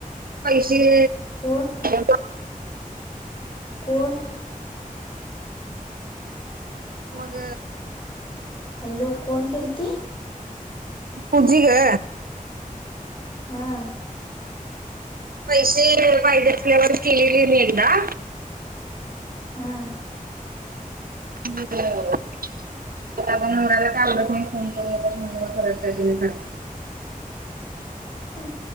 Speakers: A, on the right (about 80°); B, on the left (about 35°).
A: पैसे
B: कोण
A: <unintelligible>
B: कोण?
A: मग
B: हॅलो कोण केलती?
A: पुजी ग.
B: हा.
A: पैसे वायदयात क्लिअर केलेली मी एकदा.
B: आ.
A: हो. आता आपण म्हणायला का आवडत नाही फोन करू नकोस म्हटलं, परत काळजी लय करत्या.
B: अ